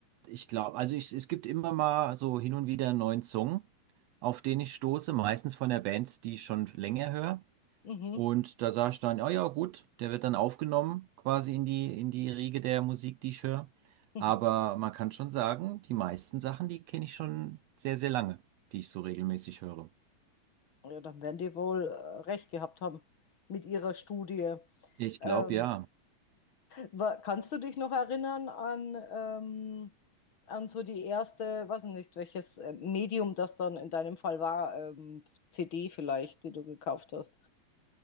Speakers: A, on the right; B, on the left.
A: ich glaube, also ich, es gibt immer mal so hin und wieder einen neuen Song, auf den ich stoße, meistens von der Band, die ich schon länger höre.
B: mhm,
A: Und da sage ich dann, ja, ja, gut, der wird dann aufgenommen, quasi in die, in die Riege der Musik, die ich höre.
B: mhm.
A: Aber man kann schon sagen, die meisten Sachen, die kenne ich schon sehr, sehr lange, die ich so regelmäßig höre.
B: Ja, dann werden die wohl äh, recht gehabt haben mit ihrer Studie.
A: Ich
B: Ähm,
A: glaube, ja.
B: Wa- Kannst du dich noch erinnern an, ähm, an so die erste, weiß ich nicht, welches äh, Medium das dann in deinem Fall war, ähm, CD vielleicht, die du gekauft hast?